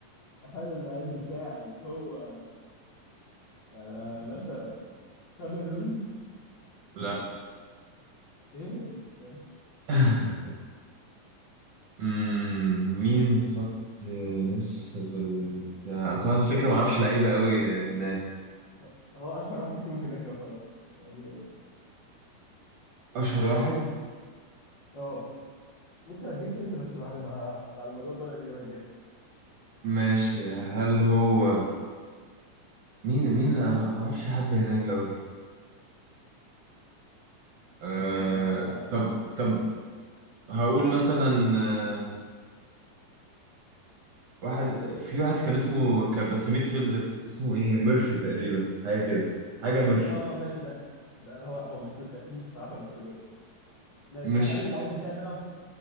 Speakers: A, on the left; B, on the right.
A: هل اللعيب بتاعي هو آه مثلا فابين رويز؟
B: لا
A: ايه ماشي
B: <laughs> أمم، مين خط نص في ال... بتاع- اصلا الفكره ما اعرفش لعيبه قوي هناك
A: هو هو اشهر واحد فيهم هناك يعتبر اصلا يعني
B: اشهر واحد
A: اه ممكن اديك انت بس بعد ما بعد ما اجاوب انا الاجابه الجايه
B: ماشي هل هو مين مين اللي انا ما اعرفش حد هناك قوي أه...
A: اه اه
B: طب طب هقول مثلا آه، واحد في واحد كان اسمه كان بس ميد فيلدر اسمه ايه ميرفي تقريبا حاجه كده حاجه
A: م-
B: ميرفي
A: آه، ماشي ده, ده هو هو مش مش اكيد مش صعبها للدرجه دي ماشي
B: مش
A: هل اللعيب بتاعي بيلعب